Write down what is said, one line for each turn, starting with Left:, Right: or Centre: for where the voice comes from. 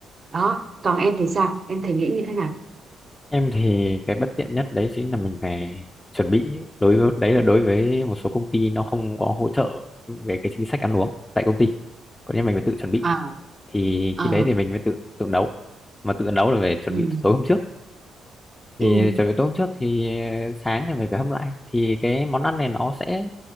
Right: đó còn em thì sao em thì nghĩ như thế nào
Left: Em thì cái bất tiện nhất đấy chính là mình phải chuẩn bị đối với đấy là đối với một số công ty nó không có hỗ trợ về cái chính sách ăn uống tại công ty. Còn nếu mình phải tự chuẩn bị
Right: à
Left: thì
Right: à
Left: khi đấy thì mình mới tự tự nấu. Mà tự nấu là phải chuẩn
Right: ừ.
Left: bị từ tối hôm trước. thì
Right: ừ.
Left: chuẩn bị tôm trước thì ờ, sáng thì mình phải hâm lại thì cái món ăn này nó sẽ